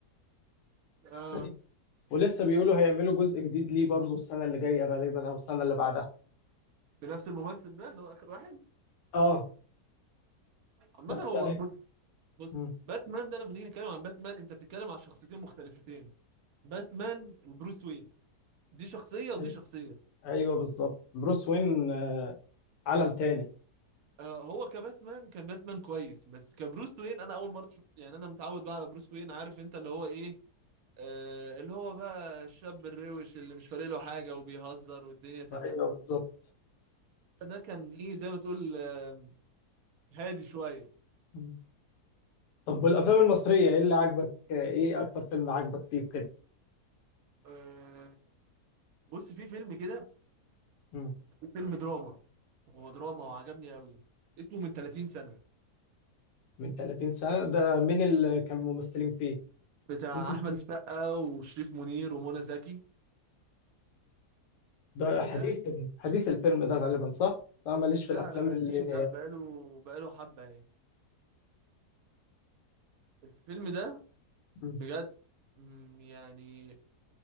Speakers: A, on the right; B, on the left.
A: اه
B: فدي ولسه بيقولوا هيعملوا جزء جديد ليه برضو السنة اللي جاية غالبا أو السنة اللي بعدها
A: بنفس الممثل ده اللي هو آخر واحد
B: اه
A: عامة
B: بس
A: هو
B: أي...
A: بص بص
B: مم.
A: باتمان ده لما نيجي نتكلم عن باتمان أنت بتتكلم عن شخصيتين مختلفتين باتمان وبروس وين دي شخصية ودي
B: أي...
A: شخصية
B: أيوه بالظبط بروس وين آه، عالم تاني
A: آه هو كباتمان كان باتمان كويس بس كبروس وين أنا أول مرة أشوف يعني أنا متعود بقى على بروس وين عارف أنت اللي هو إيه آه اللي هو بقى الشاب الروش اللي مش فارق له حاجة وبيهزر والدنيا تمام
B: أيوه بالظبط
A: ده كان إيه زي ما تقول آه هادي شوية
B: مم. طب والأفلام المصرية إيه اللي عاجبك آه، إيه أكتر فيلم عاجبك فيه كده
A: آه، بص في فيلم كده
B: مم.
A: في فيلم دراما هو دراما وعجبني قوي اسمه من 30 سنة
B: من 30 سنة ده مين اللي كان ممثلين فيه
A: بتاع
B: ممكن
A: أحمد السقا وشريف منير ومنى زكي
B: ده
A: الفيلم
B: حديث
A: ده
B: حديث الفيلم ده غالبا صح؟ أنا ماليش
A: لا
B: في الأفلام
A: لا
B: اللي
A: قديم لا بقاله بقاله حبة يعني الفيلم ده
B: مم.
A: بجد مم، يعني